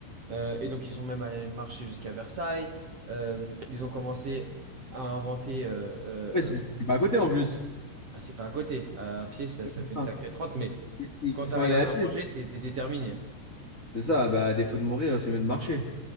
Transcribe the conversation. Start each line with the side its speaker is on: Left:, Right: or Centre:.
Right: Euh, et donc ils sont même allés marcher jusqu'à Versailles. Euh, ils ont commencé à inventer... euh, euh,
Left: c'est
Right: euh,
Left: c'est pas à côté en plus.
Right: ah, c'est pas à côté, à pied, ça,
Left: Putain.
Right: ça fait une sacrée trotte, mais
Left: Ils, ils-
Right: quand t'as
Left: sont
Right: rien
Left: allés à
Right: à
Left: pied.
Right: manger, t'es t'es déterminé.
Left: C'est ça, bah, à défaut de mourir, c'est mieux de marcher.